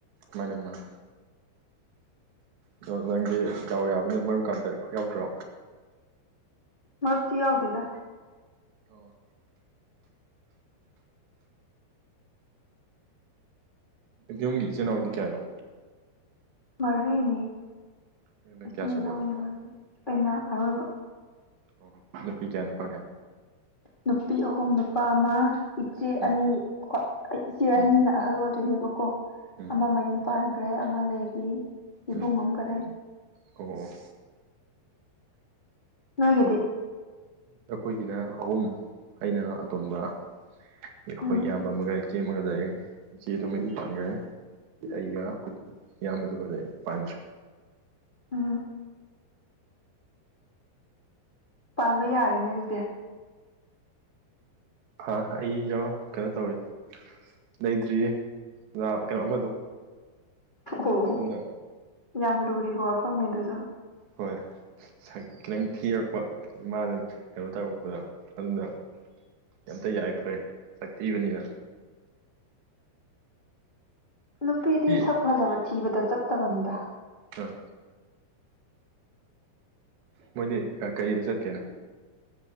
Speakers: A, on the right; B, on the left.
A: ꯃꯥꯅꯦ ꯃꯥꯅꯦ ꯑꯗ ꯅꯪꯗꯤ ꯗꯥꯎ ꯌꯥꯕꯅꯤ ꯃꯔꯨꯝꯀꯥ ꯑꯝꯇ ꯌꯥꯎꯗ꯭ꯔꯣ
B: ꯃꯔꯨꯝꯇꯤ ꯌꯥꯎꯗꯦꯗ
A: ꯑꯣ ꯌꯨꯝꯒꯤ ꯏꯆꯤꯟ ꯏꯅꯥꯎꯗꯤ ꯀꯌꯥꯅꯣ
B: ꯃꯔꯤꯅꯤ
A: ꯅꯪꯅ
B: ꯏꯆꯤꯟ
A: ꯀꯌꯥ ꯁꯨꯕ
B: ꯏꯅꯥꯎ ꯃꯔꯤ ꯑꯩꯅ ꯑꯔꯣꯏꯕ
A: ꯑꯣ ꯅꯨꯄꯤ ꯀꯌꯥ ꯅꯨꯄꯥ ꯀꯌꯥ
B: ꯅꯨꯄꯤ ꯑꯍꯨꯝ ꯅꯨꯄꯥ ꯑꯃ ꯏꯆꯦ
A: ꯎꯝ
B: ꯑꯅꯤ ꯑꯩ ꯏꯆꯦ
A: ꯎꯝ
B: ꯑꯅꯤꯅ ꯑꯍꯜ ꯑꯣꯏꯗꯣꯏꯅꯦꯕꯀꯣ
A: ꯎꯝ
B: ꯑꯃ ꯃꯌꯨꯝ ꯄꯥꯟꯈ꯭ꯔꯦ ꯑꯃ ꯂꯩꯔꯤ ꯏꯕꯨꯡ
A: ꯎꯝ
B: ꯑꯃꯒ ꯂꯩꯔꯤ
A: ꯑꯣ ꯑꯣ
B: ꯅꯣꯢꯒꯤꯗꯤ
A: ꯅꯈꯣꯏꯒꯤꯅ ꯑꯍꯨꯝ ꯑꯩꯅ ꯑꯇꯣꯟꯕ ꯑꯩꯈꯣꯏ
B: ꯎꯝ
A: ꯏꯌꯥꯝꯕ ꯑꯃꯒ ꯏꯆꯦ ꯑꯃꯒꯗ ꯂꯩ ꯢꯆꯦꯗꯨ ꯃꯌꯨꯝ ꯄꯥꯟꯈ꯭ꯔꯦ ꯑꯩꯒ ꯏꯌꯥꯝꯕꯗꯨꯒꯗꯤ ꯂꯩ ꯄꯥꯟꯗ꯭ꯔꯤ
B: ꯎꯝ ꯄꯥꯟꯕ ꯌꯥꯔꯦꯅꯦ ꯑꯗꯨꯗꯤ
A: ꯍꯥ ꯑꯩꯗꯣ ꯀꯩꯅꯣ ꯇꯧꯋꯦ ꯂꯩꯇ꯭ꯔꯤꯌꯦ ꯀꯩꯅꯣ ꯑꯃꯗꯣ
B: ꯑꯣ
A: ꯑꯗꯨꯅ
B: ꯌꯥꯝ ꯂꯨꯔꯤꯕ ꯋꯥꯐꯝꯅꯦ ꯑꯗꯨꯁꯨ
A: ꯍꯣꯏ ꯁꯛ ꯈꯤꯇꯪ ꯊꯤꯔꯛꯄ ꯏꯃꯥꯗ ꯀꯩꯅꯣ ꯇꯧꯔꯛꯄꯗꯣ ꯑꯗꯨꯅ ꯑꯝꯇ ꯌꯥꯔꯛꯇ꯭ꯔꯦ ꯁꯛꯇꯤꯕꯅꯤꯅ
B: ꯅꯨꯄꯤꯗꯤ
A: ꯁꯤ
B: ꯁꯛ ꯐꯖꯕ ꯊꯤꯕꯗ ꯆꯠꯇꯕꯅꯤꯗ
A: ꯑꯥ ꯃꯣꯏꯗꯤ ꯀꯩꯗ ꯆꯠꯀꯦꯅ